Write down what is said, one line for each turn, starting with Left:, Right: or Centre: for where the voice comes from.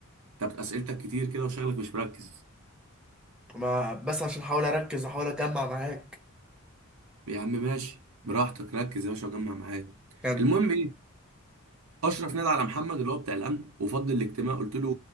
Right: طب اسئلتك كتير كده وشغلك مش مركز
Centre: ما بس عشان احاول اركز واحاول اجمع معاك
Right: يا عم ماشي براحتك ركز يا باشا وجمع معايا
Centre: كمل
Right: المهم ايه اشرف نادى على محمد اللي هو بتاع الامن وفضل الاجتماع قلت له